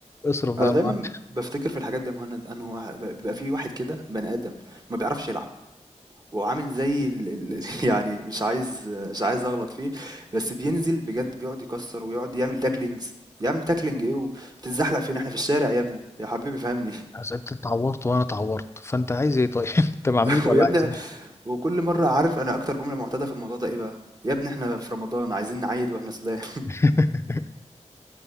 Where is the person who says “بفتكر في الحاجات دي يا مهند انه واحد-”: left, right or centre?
Right